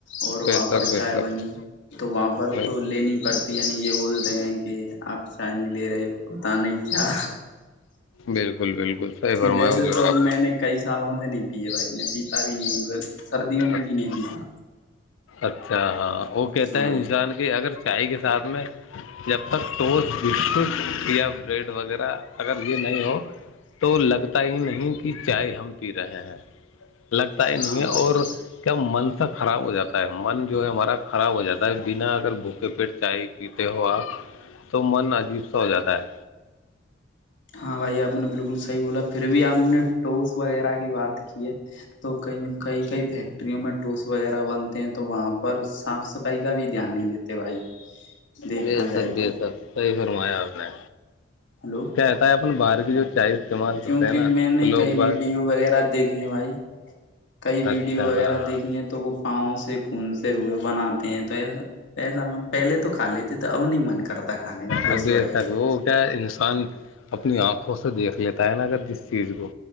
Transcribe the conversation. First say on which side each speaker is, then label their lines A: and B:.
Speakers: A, on the left (about 65°); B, on the left (about 80°).
A: اور وہاں
B: بے شک
A: پر
B: بے
A: چائے
B: شک
A: بنی تو وہاں پر
B: بے
A: تو لینی پڑتی یعنی یہ بولتے ہیں کہ شائنی لے رہے ہو پت نہیں کیا
B: بالکل بالکل سح فرمیا
A: ویسے
B: جو
A: تو اب
B: آات
A: میں نے کئی سالوں نہیں پیے بھائی میں پیتا بھی نہیں گھر سردیوں میں
B: اچھا
A: بھی نہیں پیتا
B: اچھا ہاں وہ کہتا
A: ہاں
B: ہیں
A: بھائی
B: انسان کی اگر چائے کے ساتھ میں جب تک ٹز بسکٹ یا بریڈ وغیرہ اگر یہ نہیں ہو تو لگتا ہی نہیں کہ چائے ہم پی رہے ہیں لگتا ہی نہیں
A: ہاں
B: ہے
A: بھائی
B: اور کیا من سا خراب ہو جاتا ہے من جو ہے ہمارا خراب ہو جاتا ہے بنا اگر بھوکے پیٹ چائے پیتے ہو آپ تو من عجیب سا ہو جاتا ہے
A: ہاں بھائی آپ نے بالکل صحیح بولا پھر بھی آپ نے ٹوس وغیرہ کی بات کی ہے تو کئی کئی کئی فیکٹریوں میں ٹولس وغیرہ بنتے ہیں تو وہاں پر صاف صفائی کا بھی دھیان نہیں دیتے بھائی دیکھنا
B: بے
A: جائے
B: سک بے
A: تو
B: سک صحیح فرمایا اپپ نے
A: ہلو
B: کیا رہتا ہے اپن باہر کی جو چائے استعمال کرتے
A: کیونکہ
B: ہیں نا
A: میں نے
B: تو لوگ
A: کئی
B: بعض
A: ویڈیو وغیرہ دیکھھی ہیں بھائی کئی
B: اچھا
A: ویڈیو وغیرہ
B: ہاں ہاں
A: دیکھی ہیں تو وہ پاؤں سے خون سے روئے بناتے توا ایسا پہلے تو کا لیتے تو اب نہیں من کرتا کھے کا ٹوس
B: ابھی
A: وغیرہ
B: سب وہ کیا انسان اپنی آنکھوں سے دیکھ لیتا ہے نا اگر جس چیز کو